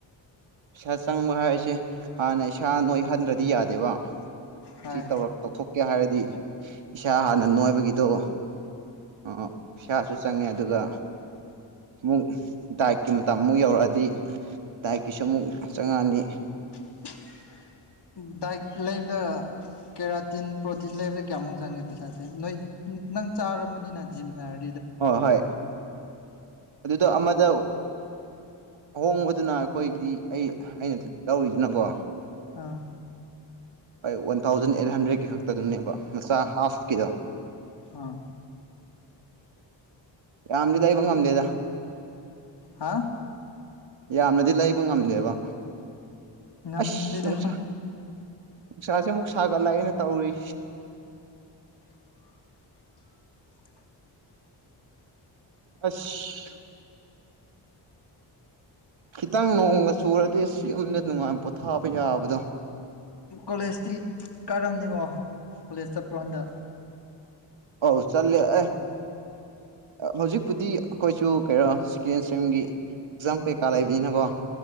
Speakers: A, on the right; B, on the left.
A: ꯏꯁꯩꯥ ꯆꯪꯕ ꯍꯥꯏꯁꯦ ꯍꯥꯟꯅ ꯏꯁꯥ ꯅꯣꯏ ꯍꯟꯗ꯭ꯔꯗꯤ ꯌꯥꯗꯦꯕ
B: ꯍꯣꯏ
A: ꯁꯤ ꯇꯧꯔꯛ ꯇꯧꯊꯣꯛꯀꯦ ꯍꯥꯏꯔꯗꯤ ꯏꯁꯥ ꯍꯥꯟꯅ ꯅꯣꯏꯕꯒꯤꯗꯣ ꯑꯣ ꯄꯩꯥꯁꯨ ꯆꯪꯉꯦ ꯑꯗꯨꯒ ꯑꯃꯨꯛ ꯗꯥꯏꯠꯀꯤ ꯃꯇꯝ ꯑꯃꯨꯛ ꯌꯧꯔꯛꯑꯗꯤ ꯗꯥꯏꯛꯀꯤꯁꯨ ꯑꯃꯨꯛ ꯆꯪꯉꯛꯑꯅꯤ
B: <unintelligible> ꯗꯥꯏꯠ ꯂꯩꯕꯗ ꯀꯦꯔꯥꯇꯤꯟ ꯄ꯭ꯔꯣꯇꯤꯟ ꯂꯩꯕꯗ ꯀꯌꯥꯃꯨꯛ ꯆꯪꯒꯦ ꯄꯩꯁꯥꯁꯦ ꯅꯣꯏ ꯅꯪ ꯆꯥꯔꯃꯅꯤꯅ ꯖꯤꯝ ꯁꯥꯔ
A: ꯑꯣ ꯍꯣꯏ ꯑꯗꯨꯗꯣ ꯑꯃꯗ ꯑꯍꯣꯡꯕꯗꯨꯅ ꯑꯩꯈꯣꯏꯗꯤ ꯑꯩ ꯑꯩꯅ ꯂꯧꯔꯤꯗꯨꯅꯀꯣ
B: ꯑꯥ
A: ꯍꯣꯏ ꯋꯥꯟ ꯊꯥꯎꯖꯟ ꯑꯩꯠ ꯍꯟꯗ꯭ꯔꯦꯗꯀꯤ ꯈꯛꯇꯗꯨꯅꯦꯕ ꯃꯆꯥ ꯍꯥꯐꯀꯤꯗꯣ
B: ꯑ
A: ꯌꯥꯝꯗꯤꯗꯤ ꯂꯩꯕ ꯉꯝꯗꯦꯗ
B: ꯍꯥ
A: ꯌꯥꯝꯅꯗꯤ ꯂꯩꯕ ꯉꯝꯗꯦꯕ
B: ꯉꯝꯗꯗ
A: ꯑꯁ ꯅꯨꯡꯁꯥ
B: ꯍꯣꯏ
A: ꯅꯨꯡꯁꯥꯁꯦ ꯑꯃꯨꯛ ꯁꯥꯒꯠꯂꯛꯑꯅ ꯇꯧꯔꯤ
B: <inaudible>
A: ꯑꯁ ꯈꯤꯇꯪ ꯅꯣꯡꯃ ꯆꯨꯔꯗꯤ ꯑꯁ ꯌꯨꯝꯗ ꯅꯨꯡꯉꯥꯏꯕ ꯄꯣꯊꯥꯕ ꯌꯥꯕꯗꯣ
B: ꯀꯣꯂꯦꯖꯇꯤ ꯀꯥꯏꯔꯝꯅꯤꯀꯣ ꯀꯣꯂꯦꯖ ꯆꯠꯄ꯭ꯔ ꯀꯥꯟꯗ
A: ꯍꯧ ꯆꯜꯦ ꯑꯦ ꯍꯧꯖꯤꯛꯄꯨꯗꯤ ꯑꯩꯈꯣꯏꯁꯨ ꯀꯩꯅꯣ ꯁꯀꯦꯟ ꯏꯁꯇ꯭ꯔꯤꯝꯒꯤ ꯑꯦꯛꯖꯥꯝ ꯀꯩꯀꯥ ꯂꯩꯕꯅꯤꯅꯀꯣ